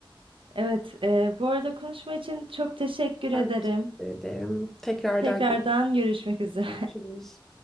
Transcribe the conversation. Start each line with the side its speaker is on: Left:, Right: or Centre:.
Right: Evet, e, bu arada konuşma için çok teşekkür
Centre: Ben
Right: ederim.
Centre: teşekkür ederim. Tekrardan
Right: Tekrardan görüşmek üzere.
Centre: görüşürüz.